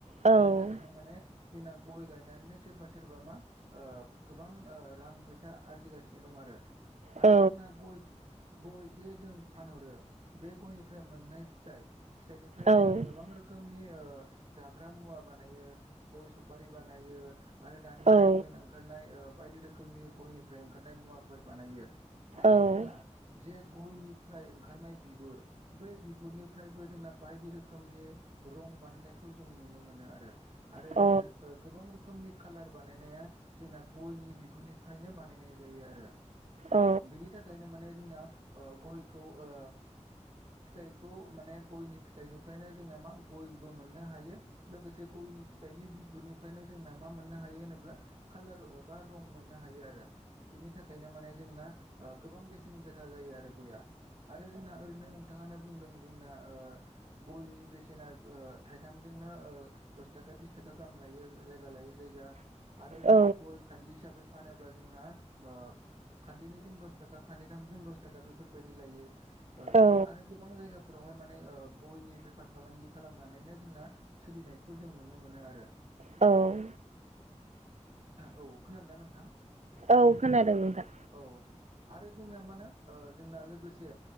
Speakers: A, on the right (about 70°); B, on the right (about 45°).
A: औ
B: बिनि थाखायनो माने जोंना गय गायनानैनो सोरबा सोर बा मा ओ गोबां ओ रां फैसा आरजिगासिनो दं आरो। आरो
A: औ
B: जोंना गय गय जे जों फानहरो बे गयनिफ्राय मोननाय फिथाइ फिथाइनिफ्रायनो
A: औ
B: जों गोबां रो खोमनि ओ जाग्रा मुवा बानायो गय सफारि बानायो आरो दानि गोदान
A: औ
B: गोदान ओंखारनाय ओ बायदि रोखोमनि गयनिफ्राय ओंखारनाय मुवाफोर बानायो। आरो
A: औ
B: जोंना जे गयनिफ्राय ओंखारनाय बिगुर बै बिगुरनिफ्रायबो जोंना बायदि रोखोमनि रं बानायनायखौ जों नुनो मोनो आरो। आरो
A: अ
B: जोंना
A: औ
B: ओ गोबां रोखोमनि खाालार बानायनाया जोंना गयनि बिगुरनिफ्रायनो बानायनाय जायो आरो।
A: औ
B: बिनि थाखायनो माने जोंना ओ गयखौ ओ फिथाइखौ माने गयनि फिथाइनिफ्रायनो जोंना मा गयबो मोननो हायो। लोगोसे गयनि फिथाइनि बिगुरनिफ्रायनो जोंना मा मोननो हायो होनोब्ला खालार बा रं मोननो हायो आरो बिनि थाखायनो माने जों ना ओ गोबां बेसेन गोसा जायो आरो गया आरो जोंना ओैरैनो नोंथाङानो बुंदों जोंना ओ गयनि बेसेना ओ थाइथामजोंनो ओ दस थाखा बिस थाखा गाहाम लायो जायगा लायोय जायगा आरो जोंना
A: औ
B: गय खान्दि हिसाबै फानोब्ला जोंना ओ खान्दनैजों दस थाखा खान्दै नामजों दस थाखा बेफोरबायदि लायो ओ
A: औ
B: जोंना आरो गोबां जायगाफोरावहाय माने ओ गयनि बेफार फालांगि खालामनानैनो जोंना सोलिनायखौ जों नुनो मोनो आरो
A: औ
B: औ खोनादों ना नोंथां
A: औ खोनादों नोंथां
B: औ आरो जोंना मा होनो ओ जोंना लोगोसे